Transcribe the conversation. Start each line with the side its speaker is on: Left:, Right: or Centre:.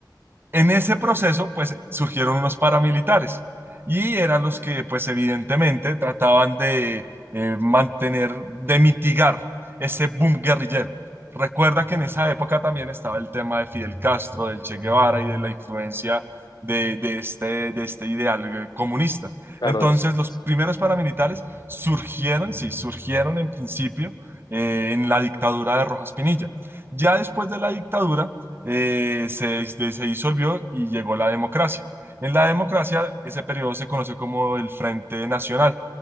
Right: En ese proceso, pues surgieron unos paramilitares y eran los que, pues evidentemente, trataban de eh, mantener, de mitigar ese boom guerrillero. Recuerda que en esa época también estaba el tema de Fidel Castro, del Che Guevara y de la influencia de, de este, de este ideal eh, comunista.
Left: Claro,
Right: Entonces,
Left: de los fondos.
Right: los primeros paramilitares surgieron, sí, surgieron en principio eh, en la dictadura de Rojas Pinilla. Ya después de la dictadura, eh, se, se se disolvió y llegó la democracia. En la democracia, ese periodo se conoció como el Frente Nacional.